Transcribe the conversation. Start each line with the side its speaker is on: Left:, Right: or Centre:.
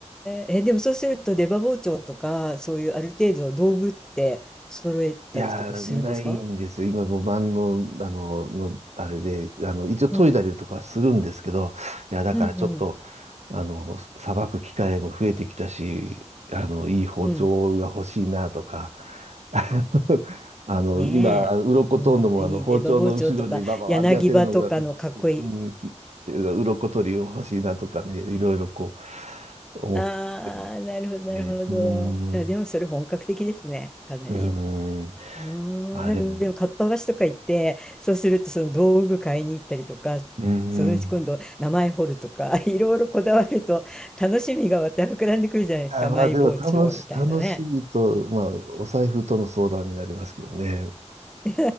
Centre: え、え、でもそうすると出刃包丁とか、そういうある程度の道具って揃えたりとかするんですか
Right: いやー、ないんですよ。今もうバンド、あの、の、あれで、あの、一応研いだりとかするんですけど、
Centre: うん、
Right: いや、だからちょっと、
Centre: うん、うん、
Right: あの、さばく機会も増えてきたし、あの、いい包丁が欲しいなとか、
Centre: うん。
Right: <laughs> あの、
Centre: ねえ。
Right: あの今、鱗取るのも、
Centre: うん、いい出刃包丁とか、
Right: あの、包丁の後ろでバババってやってるのが、
Centre: 柳刃とかのかっこいい。
Right: うん、き、鱗取りを欲しいなとかね、いろいろこう、思ってるん
Centre: ああ、なるほど、なるほど。
Right: で、ね。うん、
Centre: あでもそれ本格的ですね、かなり。
Right: うん。
Centre: うーん、
Right: まあでも、
Centre: なんかでもかっぱ橋とか行って、そうするとその道具買いに行ったりとか、
Right: うん。
Centre: そのうち今度名前彫るとか <laughs> いろいろこだわると楽しみがまた膨らんでくるじゃないですかマイ包丁みたいなね。
Right: あ、まあでも楽し、楽しいと、まあお財布との相談になりますけどね。
Centre: <laughs>